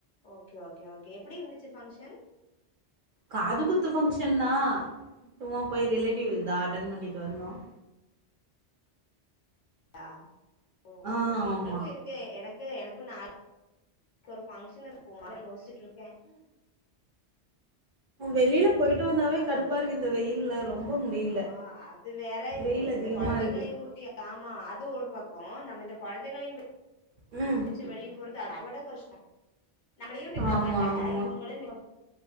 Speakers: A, on the left; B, on the right.
A: ஓகே ஓகே ஓகே எப்டி இருந்துச்சு ஃபங்க்ஷன்
B: காது குத்து ஃபங்க்ஷன்தா சும்மா போய் ரிலேட்டிவ் வீடுதா அட்டென் பண்ணிட்டு வந்தோம்
A: ஆம் ஓ
B: ஆ
A: ஓக்கே ஓக்கே எங்களுக்கும்
B: ஆமா
A: இருக்கு எனக்கு எனக்கும் நாள் ஒரு ஃபங்க்ஷன் இருக்கு போலாமா யோசுச்சுட்ருக்கேன்
B: வெளில பொயிட்டு வந்தாவே கடுப்பா இருக்கு இந்த வெயில்ல ரொம்ப முடியல
A: ஆ அது வேற இது
B: வெயில்
A: இப்ப
B: அதிகமா
A: இந்த கொழந்தைங்களையும்
B: இருக்கு
A: கூட்டி ஆமாம் அது ஒரு பக்கம் நம்ம இந்த கொழந்தைங்களையும் விட்
B: ம்
A: ட்டு வெளியே போறது அத விட கஷ்டம் நம்மளையும் விட
B: ஆமா
A: மாட்டாங்க
B: ஆமா
A: இவங்களும் ந